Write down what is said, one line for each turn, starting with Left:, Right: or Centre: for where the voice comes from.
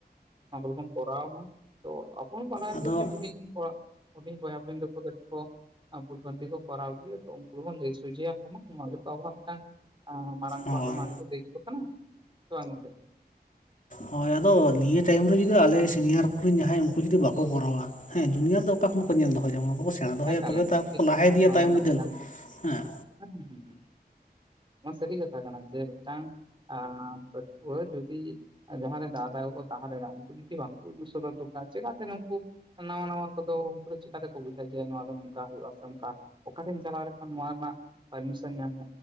Right: ᱚᱱᱟ ᱠᱚ ᱵᱚᱱ ᱠᱚᱨᱟᱣ ᱢᱟ ᱛᱚ ᱟᱵᱚ ᱦᱚᱸ ᱢᱟᱲᱟᱝ
Left: ᱟᱫᱚ
Right: ᱡᱮ ᱵᱩ᱾ ᱩᱱᱤ ᱵᱚᱭᱦᱟ ᱵᱤᱱ ᱫᱚᱠᱚ ᱠᱚ ᱵᱷᱩᱞ ᱵᱟᱱᱫ ᱠᱚᱨᱟᱣ ᱜᱮᱭᱟ ᱛᱚ ᱟᱵᱚ ᱵᱚᱱ ᱞᱟᱹᱭ ᱥᱚᱡᱷᱮᱭᱟ ᱠᱚ ᱢᱟ ᱱᱚᱣᱟ ᱜᱮ ᱟᱵᱚᱣᱟᱜ ᱢᱤᱫᱴᱟᱱ ᱢᱟᱨᱟᱝ ᱠᱚᱣᱟᱜ
Left: ᱦᱳᱭ
Right: ᱫᱚ ᱱᱚᱣᱟ ᱜᱮ ᱫᱟᱹᱭᱤᱚᱛ ᱠᱟᱱᱟ ᱾ ᱦᱮ ᱥᱮ ᱵᱟᱝ ᱜᱚᱢᱠᱮ᱾
Left: ᱦᱳᱭ ᱟᱫᱚ ᱱᱤᱭᱟᱹ ᱴᱟᱭᱚᱢ ᱨᱮ ᱡᱩᱫᱤ ᱟᱞᱮ ᱥᱤᱱᱤᱭᱟᱨ ᱠᱚᱨᱮᱱ ᱡᱟᱦᱟᱸᱭ ᱩᱱᱠᱩ ᱡᱩᱫᱤ ᱵᱟᱠᱚ ᱠᱚᱨᱟᱣᱟ ᱦᱮᱸ ᱡᱩᱱᱤᱭᱟᱨ ᱫᱚ ᱚᱠᱟ ᱠᱷᱚᱱ ᱠᱚ ᱧᱮᱞ ᱫᱚᱦᱚ ᱭᱟ ᱥᱮᱬᱟ ᱫᱚᱦᱚᱭᱟ
Right: ᱮᱠᱟᱞ
Left: ᱛᱚᱵᱮ
Right: ᱮᱠᱟᱞ
Left: ᱛᱚ ᱟᱠᱚ
Right: ᱴᱷᱤᱠ
Left: ᱠᱚ ᱞᱟᱦᱟ ᱤᱫᱤᱭᱟ
Right: ᱱᱚᱣᱟ
Left: ᱛᱟᱭᱚᱢ
Right: ᱢᱟ ᱠᱟᱛᱷᱟ
Left: ᱵᱤᱫᱟᱹᱞ
Right: ᱠᱟᱱ ᱜᱮ
Left: ᱦᱮᱸ
Right: ᱦᱮᱸ ᱦᱮᱸ ᱱᱚᱣᱟ ᱢᱟ ᱥᱟᱹᱨᱤ ᱠᱟᱛᱷᱟ ᱠᱟᱱᱟ ᱡᱮ ᱢᱤᱫᱴᱟᱝ ᱟ ᱡᱟᱦᱟ ᱡᱚᱫᱤ ᱡᱟᱦᱟᱸᱟᱸ ᱨᱮ ᱫᱟᱫᱟ ᱠᱚ ᱛᱟᱦᱚᱞᱮ ᱨᱛᱩ ᱡᱤ ᱵᱟᱝ ᱠᱚ ᱫᱩᱥ ᱴᱠ ᱪᱤᱠᱟᱛᱮ ᱱᱩᱠᱩ ᱱᱟᱣᱟ ᱱᱟᱣᱟ ᱠᱚᱫᱚ ᱩᱱᱠᱩ ᱫᱚ ᱪᱤᱠᱟᱛᱮᱠᱚ ᱵᱩᱡᱷᱟᱣᱟ ᱮ ᱱᱚᱣᱟ ᱫᱚ ᱱᱚᱝᱠᱟ ᱦᱩᱭᱩᱜᱼᱟ ᱥᱮ ᱱᱚᱸᱠᱟ ᱚᱠᱟᱴᱷᱧ ᱪᱟᱞᱟᱣ ᱞᱮᱠᱷᱟᱱ ᱱᱚᱣᱟ ᱨᱮᱱᱟᱜ ᱯᱟᱨᱢᱤᱥᱚᱱ ᱧᱟᱢᱟ